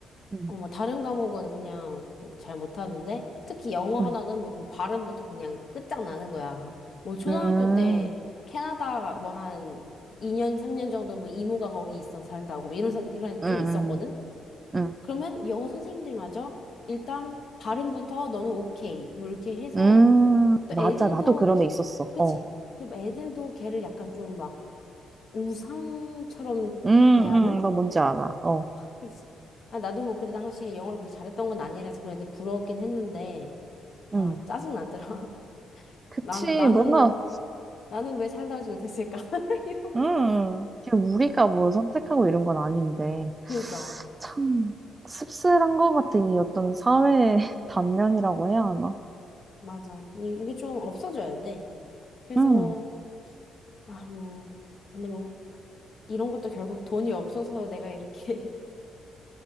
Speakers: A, on the right; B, on the left.
A: 응,
B: 어, 뭐 다른 과목은 그냥 뭐 잘 못하는데 특히 영어
A: 응.
B: 하나는 뭐뭐 발음부터 그냥 끝장나는 거야. <laughs> 뭐 초등학교
A: 음,
B: 때 캐나다 뭐 한 2년 3년 정도 뭐 이모가 거기 있어 살다고 뭐 이런 사- 이런 애좀
A: 응, 응.
B: 있었거든.
A: 응.
B: 그러면 영어 선생님들마저 일단 발음부터 너는 오케이 뭐 이렇게 해서
A: 음,
B: 또
A: 맞아.
B: 애들도
A: 나도 그런
B: 기-
A: 애 있었어.
B: 그치?
A: 어.
B: 그리고 애들도 걔를 약간 좀 막 우상처럼
A: 음,
B: 대하는?
A: 음, 나 뭔지 알아. 어.
B: 그치. 아, 나도 뭐 그때 당시에 영어를 그렇게 잘했던 건 아니라서 그랬는데 부러웠긴 했는데, 아,
A: 음.
B: 짜증나더라. <laughs>
A: 그치.
B: 나, 나는,
A: 뭔가,
B: 나는 왜 살다 오지 못했을까? <laughs> 이런
A: 음,
B: 거.
A: 그냥 우리가 뭐 선택하고 이런 건 아닌데.
B: 그니까,
A: 참, 씁쓸한 것 같아. 이 어떤 사회의 <laughs> 단면이라고 해야 하나?
B: 맞아. 이, 이게 좀 없어져야 돼. 그래서,
A: 음.
B: 아, 뭐, 근데 뭐, 이런 것도 결국 돈이 없어서 내가 이렇게, <laughs>